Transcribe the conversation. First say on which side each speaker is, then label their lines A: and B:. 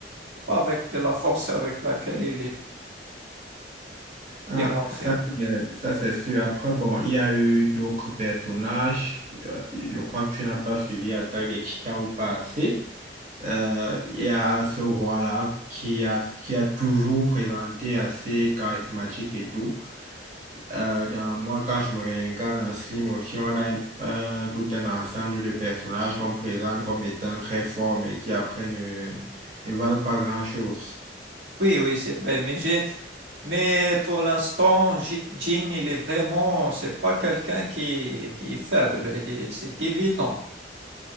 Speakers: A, on the right; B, on the right.
A: pas avec la force avec laquelle il est
B: ah,
A: démontré.
B: ça, c'est ça, c'est sûr. Après, bon, il y a eu d'autres personnages. Euh, Je crois que tu n'as pas suivi Attaque des Titans au passé. Euh, il y a ce roi-là qui a, qui a toujours présenté assez charismatique et tout. Euh, dans moi, quand je me réincarne en Slim aussi, on a un- tout un ensemble de personnages qu'on présente comme étant très forts, mais qui après ne, ne valent pas grand-chose.
A: Oui, oui, c'est vrai, mais j'ai, mais pour l'instant, J- Jean, il est vraiment, c'est pas quelqu'un qui, qui est faible, il est- c'est évident.